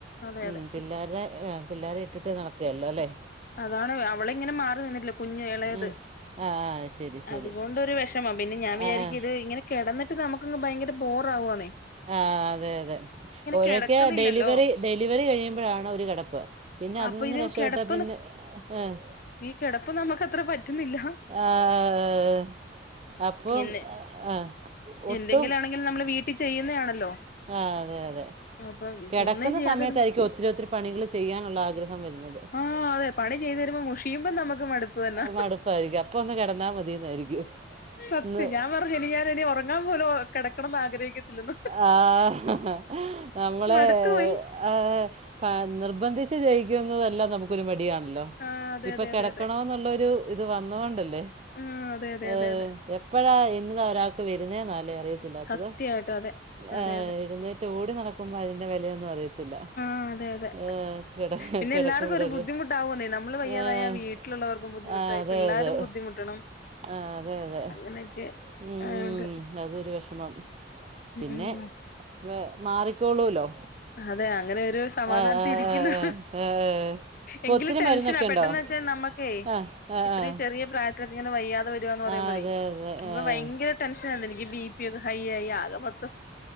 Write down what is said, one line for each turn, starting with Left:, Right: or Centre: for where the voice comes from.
Left: അതെ
Right: ഉം
Left: അതെ
Right: പിള്ളേര്ടെ പിള്ളേരെ ഇട്ടിട്ട് നടക്കേല്ലല്ലോ അല്ലേ
Left: അതാണ് അവള ഇങ്ങനെ മാറി നിന്നിട്ടില്ല കുഞ്ഞ് ഇളയത്
Right: ഉം. ആ ആ ശരി ശരി
Left: അതുകൊണ്ടൊരു വെഷ് മം. പിന്നെ ഞാൻ വിചാരിക്ക
Right: ആ ആ
Left: ഇത് ഇങ്ങനെ കിടന്നിട്ട് നമുക്കങ്ങ് ഭയങ്കര ബോർ ആവുവാണേ
Right: ആഹ് അതെ അതെ. ഓരൊക്കെ
Left: കിടക്കുന്നില്ലല്ലോ
Right: ഡെലിവറി ഡെലിവറി കഴിയുമ്പഴാണ് ഒരു കിടപ്പ് പിന്നെ അതിൽ
Left: അപ്പൊ
Right: നിന്ന്
Left: ഇത്
Right: രക്ഷപ്പെട്ട
Left: കിടപ്പ്
Right: പിന്നെ ഏഹ്
Left: ഈ കിടപ്പ് നമുക്കത്ര പറ്റുന്നില്ല.
Right: ആഹ് അപ്പം
Left: എന്നെ
Right: ആഹ് ഒട്ടും
Left: എന്തെങ്കിലും ആണെങ്കിലും നമ്മള് വീട്ടിൽ ചെയ്യുന്നതാണല്ലോ
Right: ആഹ് അതെ അതെ
Left: അപ്പം
Right: കെടക്കുന്ന
Left: ഒന്നും ചെയ്യാതിരുന്നു
Right: സമയത്തായിരിക്കും ഒത്തിരി ഒത്തിരി പണികൾ ചെയ്യാനുള്ള ആഗ്രഹം വരുന്നത്.
Left: ആഹ് അതെ പണി ചെയ്തു വരുമ്പോ മുഷിയുമ്പോ നമുക്ക് മടുപ്പ് തന്നെ
Right: മടുപ്പായിരിക്കും അപ്പ ഒന്ന് കിടന്നാ മതിന്നായിരിക്കും.
Left: സത്യം
Right: ന്ന്
Left: ഞാൻ പറഞ്ഞു ഇനി ഞാൻ ഇനി ഉറങ്ങാൻ പോലും കിടക്കണംന്ന് ആഗ്രഹിക്കത്തില്ലെന്ന്
Right: ആഹ് നമ്മളേ
Left: മടുത്തു പോയി
Right: ഏഹ് പ നിർബന്ധിച്ച് ചെയിക്കുന്നതെല്ലാം നമുക്കൊരു മടിയാണല്ലോ
Left: ആ അതെ
Right: ഇപ്പൊ
Left: അതെ
Right: കിടക്കണോ
Left: അതെ അതെ
Right: ന്നുള്ളൊരു ഇത് വന്നോണ്ടല്ലേ.
Left: ആ അതെ അതെ
Right: ഏഹ്
Left: അതെ അതെ
Right: എപ്പഴാ എന്നതാ ഒരാക്ക് വരുന്നേ ന്നാല്ലേ അറിയ ത്തില്ലാത്തത്.
Left: സത്യമായിട്ടും അതെ
Right: ഏഹ്
Left: അതെ അതെ
Right: എഴുന്നേറ്റ് ഓടി നടക്കുമ്പോ അതിന്റെ വെലയൊന്നും അറിയത്തില്ല.
Left: ആഹ് അതെ അതെ.
Right: ഏഹ്, കിട
Left: പിന്നെല്ലാർക്കും
Right: കിടക്കും വിടൽ
Left: ഒരു ബുദ്ധിമുട്ടാവുവന്നേ നമ്മള് വയ്യാതായ
Right: ആഹ്
Left: വീട്ടിലുള്ളവർക്കും ബു ദ്ധിമുട്ടായി
Right: ആഹ് അതെ
Left: പിള്ളാരും
Right: അതെ
Left: ബുദ്ധിമുട്ടണം.
Right: ആഹ് അതെ അതെ.
Left: അതൊക്കെ
Right: ഉം
Left: ആഹ്
Right: ഉം
Left: ത്
Right: അതൊരു വെഷമം പിന്നെ
Left: ഉം
Right: വെ മാറിക്കോളൂല്ലോ
Left: അതെ അങ്ങനൊ ര് സമാധാനത്തി
Right: ആഹ് ആഹ്
Left: ഇരിക്കുന്നു.
Right: ആഹ് ആഹ് ആഹ് ഇപ്പൊ
Left: എങ്കിലും
Right: ഒത്തിരി
Left: ടെൻഷനാ
Right: മരുന്നൊക്കെ
Left: പെട്ടെന്ന്
Right: ഉണ്ടോ
Left: വെച്ചാ നമ്മക്കേ
Right: ആഹ് ആഹ്
Left: ഇത്രയും
Right: ആഹ്
Left: ചെറിയ പ്രായത്തിലൊക്കെ ഇങ്ങനെ വയ്യാതെ വരുവാന്ന് പറയുമ്പഴേ
Right: ആഹ് അതെ അതെ
Left: അപ്പൊ
Right: ആഹ്
Left: ഭയങ്കര ടെൻഷ നാന്ന് എനിക്ക് ബി പി ഒക്കെ ഹൈ ആയി ആകെ മൊ